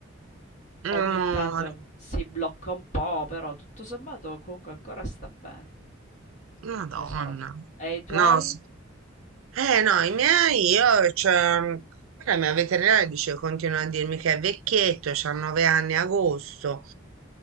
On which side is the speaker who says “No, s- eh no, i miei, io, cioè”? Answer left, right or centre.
Right